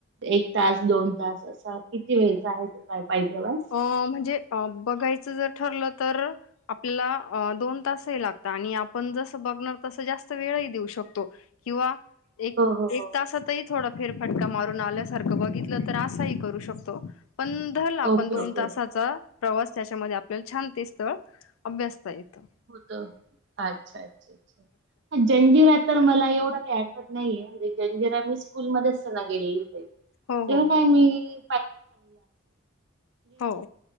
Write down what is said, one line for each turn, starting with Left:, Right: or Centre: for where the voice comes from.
Right: एक तास दोन तास असा किती वेळचा आहे तो काय पाय प्रवास
Left: अ म्हणजे बघायचं जर ठरलं तर आपल्याला अ दोन तासही लागतात आणि आपण जसं बघणार तस जास्त वेळही देऊ शकतो किंवा एक
Right: हो हो हो
Left: तासातही थोडा फेरफटका मारून आल्यासारखं बघितलं तर असाही करू शकतो पण
Right: ओके
Left: पण दोन
Right: ओके
Left: तासाचा प्रवास त्याच्यामध्ये आपल्याला छान ते स्थळ अभ्यासता येतं
Right: हो अच्छा अच्छा अच्छा जंजीरात तर मला एवढं काही आठवत नाही जे मी स्कूल मध्ये असताना गेले ते
Left: हो
Right: तेव्हा
Left: हो
Right: काय मी
Left: हो